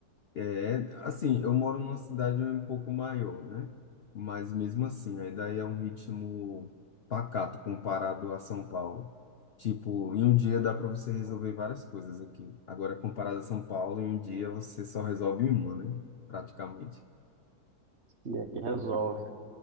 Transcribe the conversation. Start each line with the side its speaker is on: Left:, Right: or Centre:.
Left: É, assim, eu moro numa cidade um pouco maior, né? Mas mesmo assim, ainda é um ritmo pacato comparado a São Paulo. Tipo, em um dia dá para você resolver várias coisas aqui. Agora, comparado a São Paulo, em um dia você só resolve uma, né? Praticamente.
Right: E aqui resolve, né?